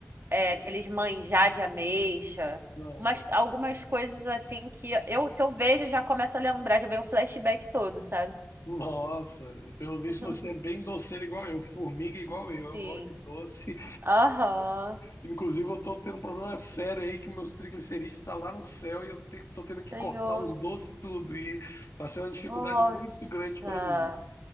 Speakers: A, on the right (about 50°); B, on the left (about 80°).
A: É, aqueles manjar de ameixa.
B: Não.
A: Mas algumas coisas, assim, que eu, se eu vejo, já começo a lembrar, já vem o flashback todo, sabe?
B: Nossa, pelo visto
A: <laughs>
B: você é bem doceiro igual eu, formiga igual eu, eu
A: Sim.
B: gosto de doce.
A: Aham.
B: Inclusive eu tô tendo um problema sério aí que meus triglicerídeos tá lá no céu e eu te- tô tendo que
A: Senhor.
B: cortar os doces tudo e tá sendo uma dificuldade
A: Nossa.
B: muito grande para mim.